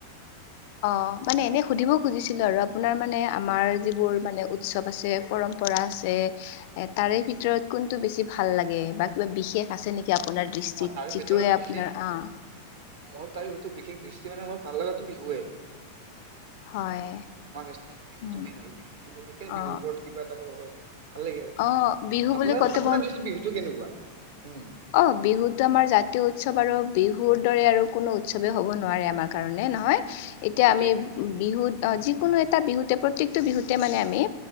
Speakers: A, on the left; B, on the right.
A: অ', মানে এনেই সুধিব খুজিছিলো আৰু আপোনাৰ মানে আমাৰ যিবোৰ মানে উৎসৱ আছে পৰম্পৰা আছে এ তাৰে ভিতৰত কোনটো বেছি ভাল লাগে বা কিবা বিশেষ আছে নেকি আ আপোনাৰ দৃষ্টিত
B: অ তাৰে
A: যিটোহে
B: ভিতৰত বিশেষ
A: আপোনাৰ অঁ।
B: মোৰ তাৰ সো বিশেষ দৃষ্টি মানে মোৰ ভাল লগা বিহুৱে।
A: হয়।
B: মই
A: উম
B: তুমি নিৰুগী বিহু বিহুৰ
A: অ
B: ওপৰত কিবা এটা ক'ব পাৰি ভাল লাগে আৰু
A: অ বিহু বুলি
B: আপোনাক
A: কওঁতে
B: আপোনাক দিচো বিহুতটো কেনেকুৱা উম।
A: অঁ', বিহুতটো আমাৰ জাতীয় উৎসৱ আৰু বিহুৰ দৰে আৰু কোনো উৎসৱেই হ'ব নোৱাৰে আমাক কাৰণে নহয় এতিয়া
B: এইটোৱেটো
A: আমি বিহুত যিকোনো এটা বিহুতে প্ৰত্যেকটো বিহুতে মানে আমি